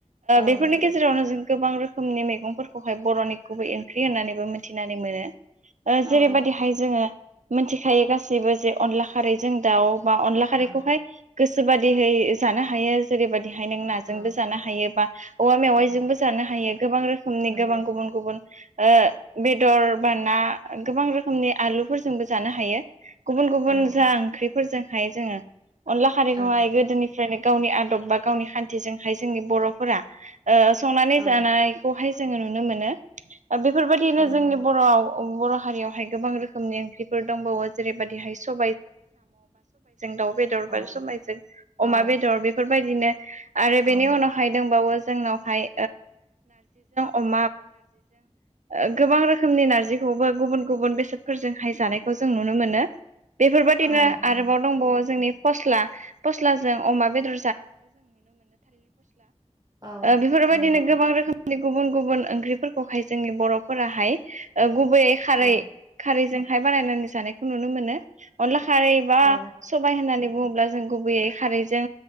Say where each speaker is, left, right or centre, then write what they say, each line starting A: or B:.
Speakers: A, on the right (about 35°); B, on the right (about 80°).
A: औ
B: बेफोरनि
A: नंगौ
B: गेजेरावनो जों गोबां रोखोमनि मैगंफोरखौहाय बर'नि गुबै ओंख्रि होननानैबो मिथिनानै मोनो।
A: औ
B: जेरैबायदिहाय
A: औ
B: जोङो मोनथिखायो गासैबो जे अनला खारै जों दाउ बा अनला खारैखौहाय
A: औ
B: गोसो बादिहै जानो हायो। जेरैबायदिहाय नों नाजोंबो
A: औ
B: जानो हायो बा औवा मेवाइजोंबो
A: औ
B: जानो हायो गोबां रोखोम नि
A: नंगौ
B: गोबां गुब गुबुन गुबबुनय बेदर बाना गोबां रोखोमनि आलुफोरजोंबो जानो गुबुन गुबुन
A: औ
B: जा
A: औ
B: ओंख्रिफोरजोंहाय जोङो अनला खारैखौहाय
A: औ
B: गोदोनि ओनो गावनि आदब बा गावनि खान्थिजोंहाय जोंनि बर'फोरा संनानै
A: औ
B: जानाय खौहाय जोङो नुनो मोनो बेफोरबायदिनो
A: नंगौ
B: जोंनि
A: औ
B: बर'आव बर' हारियावहाय गोबां रोखोमनि ओंख्रिफोर जों दाउ बेदर बा
A: औ
B: सबायजों
A: औ
B: अमा बेदर बेफोरबाय फायदोंबावो
A: औ
B: जोंनावहाय ओ ओ गोबां रोखोमनि नारज खौ जों नुनो मोनो बेफोरबायदिनो
A: नंगौ नंगौ
B: आरोबाव दंबावो जोंनि फस्ला फस्लाजों अमा बेदर
A: औ
B: ओ बेफोरबायदिनो
A: नंगौ
B: गोबां रोखोम जोंनि गुबुन गुबुन ओंख्रिफोरखौहाय जोंनि बर'फोराहाय ओ गुबैयै खारै
A: औ
B: खारैजोंहाय बानायनानै जानायखौ नुनो मोनो अनला खारै बा
A: औ
B: सबाय होननानै बुङोब्ला जों गुबैयै खारैजों